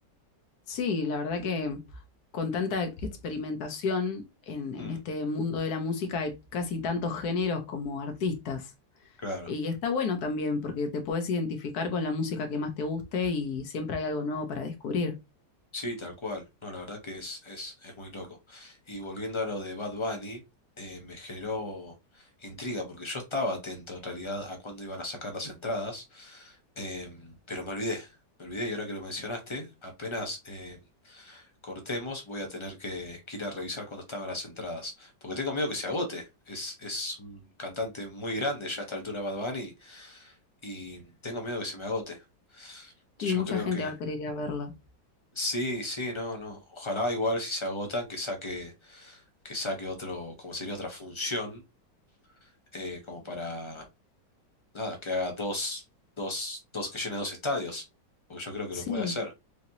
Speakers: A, on the left; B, on the left.
A: Sí, la verdad que con tanta experimentación en, en,
B: Mm,
A: este mundo de la música hay casi tantos géneros como artistas.
B: claro.
A: Y está bueno también porque te puedes identificar con la música que más te guste y siempre hay algo nuevo para descubrir.
B: Sí, tal cual. No, la verdad que es, es, es muy loco. Y volviendo a lo de Bad Bunny, eh, me generó intriga, porque yo estaba atento en realidad a cuándo iban a sacar las entradas, em, pero me olvidé, me olvidé y ahora que lo mencionaste, apenas em, cortemos voy a tener que, que ir a revisar cuándo estaban las entradas, porque tengo miedo que se agote. Es, es un cantante muy grande ya a esta altura Bad Bunny y tengo miedo que se me agote.
A: Y
B: Yo
A: mucha
B: creo
A: gente
B: que...
A: va a querer ir a verlo.
B: Sí, sí, no, no. Ojalá igual si se agotan que saque, que saque otro, como sería otra función, eh, como para, nada, que haga dos, dos, dos, que llene dos estadios. Porque yo creo que
A: Sí.
B: lo puede hacer.